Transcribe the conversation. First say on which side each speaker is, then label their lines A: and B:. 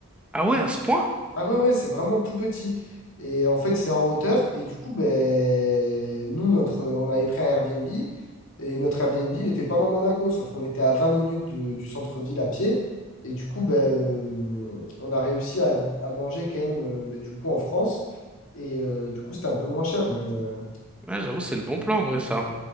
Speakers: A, in the centre; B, on the left.
A: Ah ouais, à ce point?
B: Ah ouais, ouais, c'est vraiment tout petit. Et en fait, c'est en hauteur. Et du coup, ben, nous, notre, on avait pris un Airbnb. Et notre Airbnb, il n'était pas dans Monaco, sauf qu'on était à 20 minutes de- du centre-ville à pied. Et du coup, ben, euh, on a réussi à, à manger quand même, euh, ben, du coup, en France. Et euh, du coup, c'était un peu moins cher. Mais euh,
A: Ouais, j'avoue, c'est le bon plan en vrai, ça.